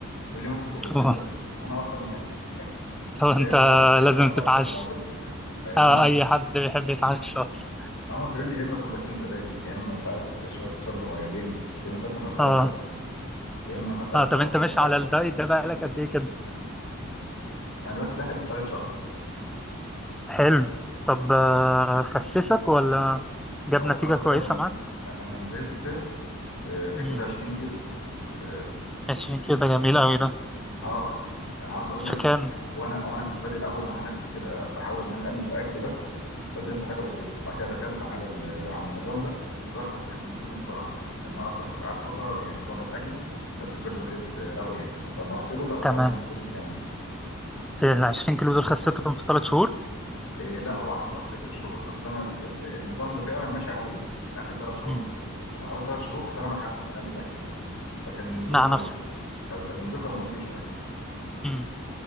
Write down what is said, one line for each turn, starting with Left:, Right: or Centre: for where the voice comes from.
Left: يقول لي مثلا كوبايتين
Centre: هو
Left: زبادي وانا اصلا <laughs>
Centre: <laughs> هو
Left: مش
Centre: انت
Left: هينفع خالص مش هينفع
Centre: لازم
Left: خالص
Centre: تتعشى
Left: الموضوع ده يعني فاهمني؟
Centre: آه اي حد بيحب يتعشى اصلا
Left: عمرو بيقول لي يا اما كوبايتين زبادي يا اما مش عارف شويه فشار صغيرين يا اما شويه مكسرات
Centre: اه
Left: صغيرين يا اما مثلا
Centre: اه
Left: ثمرتين
Centre: طب انت ماشي
Left: فاكهه
Centre: على الدايت ده بقالك قد ايه كده
Left: انا دلوقتي داخل في ثالث شهر
Centre: حلو طب آه، خسسك ولا جاب
Left: او
Centre: نتيجة
Left: بصراحه
Centre: كويسة
Left: فعلا
Centre: معاك؟
Left: انا نزلت في في حدود
Centre: مم.
Left: 20 كيلو في
Centre: 20 كيلو ده جميل قوي ده
Left: اه اه انا عاوز اقول
Centre: في
Left: لك بس
Centre: كام؟
Left: يعني هو انا هو انا كنت بادئ الاول مع نفسي كده بحاول ان انا اقلل في اكلي بس فنزلت حاجه بسيطه بعد كده دخلت على ال- على النظام ده بصراحه راح منزلني بسرعه لان انا اصلا كنت قاعد فتره يعني مظبط اكلي بس ما كنتش بخس آه، قوي يعني فلما رحت له لا بصراحه
Centre: تمام
Left: نزلني جامد يعني
Centre: ال 20 كيلو دول خسيتهم في ثلاث شهور؟
Left: إيه لا هو على مدار ست شهور بس انا ال- ال- النظام ده فعلا ماشي عليه اخر ثلاث شهور
Centre: مم.
Left: من الست انا اول ثلاث شهور كنت انا بحاول اقلل اكلي بس لكن النزول
Centre: مع
Left: كان
Centre: نفسك
Left: بسيط كان النزول كان بطيء شويه
Centre: مم.